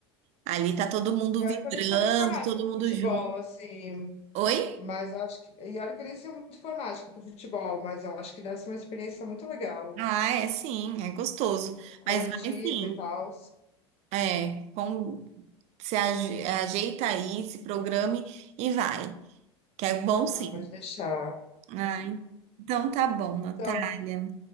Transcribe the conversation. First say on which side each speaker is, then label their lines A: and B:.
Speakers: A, on the right; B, on the left.
A: Ali tá todo mundo
B: E olha
A: vibrando,
B: que eu nem sou muito fanática
A: todo
B: pro
A: mundo
B: futebol,
A: junto.
B: assim,
A: Oi?
B: mas eu acho que... E olha que eu nem sou muito fanática pro futebol, mas eu acho que deve ser uma experiência muito legal,
A: Ah, é sim, é gostoso.
B: do coletivo
A: Mas vai sim,
B: e tal.
A: é. Com, se aje- ajeita aí, se programe e vai. Que é bom
B: Ah,
A: sim.
B: pode deixar.
A: Ah, então tá bom, Natália.
B: Então,